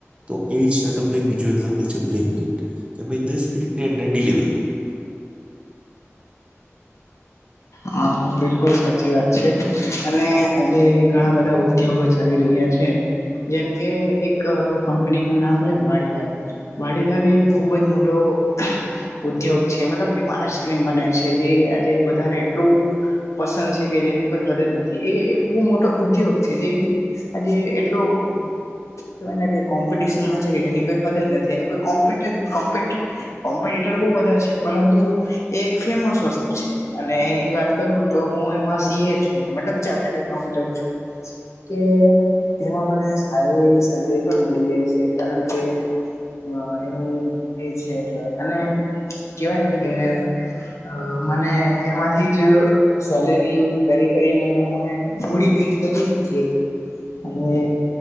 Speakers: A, on the right (about 25°); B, on the left (about 80°).
A: તો એવી સ્ટાર્ટઅપને એક બીજું એક્ઝામ્પલ છે બ્લિંકિટ આપણે દસ મિનિટની અંદર ડિલિવરી.
B: હા બિલકુલ સાચી વાત છે અને આજે ઘણા બધા ઉદ્યોગો ચાલી રહ્યા છે. જેમ કે એક કંપની નું નામ લે વાળીલાલ વાડીલાલ એ એક ખુબજ મોટો ઉદ્યોગ છે મતલબ એમાં આઈસક્રીમ બને છે જે આજે બધાને એટલું પસંદ છે કે જેની કોઈ હદ નથી એ એક બહુ મોટો ઉદ્યોગ છે જે આજે એટલો
A: હમ્મ.
B: કેવાય ને કે કોમ્પિટિશનમાં છે કે જેની કોઈ હદ નથી એ કોમપીટ કોમપીટ. કોમ્પિટીટર બહુ બધા છે પરંતુ એ એક ફેમસ વસ્તુ છે અને એની જ વાત કરું તો હું માં સી એ છું મતલબ ચાર્ટડ એકાઉટર છું. કે તેમાં મને સારી એવી સેલરી પણ મળી જાય છે કારણ કે હ એનું એ છે એટલે અને કેવાય ને કે અ મને એમાં થી જ સેલેરી કરી કરીને મે હ મૂડી ભેગી કરી હતી એક અને